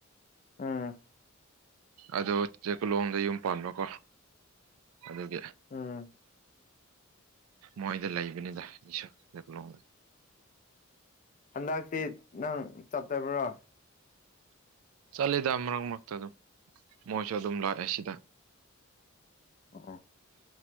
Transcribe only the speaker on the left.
ꯎꯝ
ꯎꯝ
ꯍꯟꯗꯛꯇꯤ ꯅꯪ ꯆꯠꯇꯕ꯭ꯔꯣ
ꯑꯣ ꯑꯣ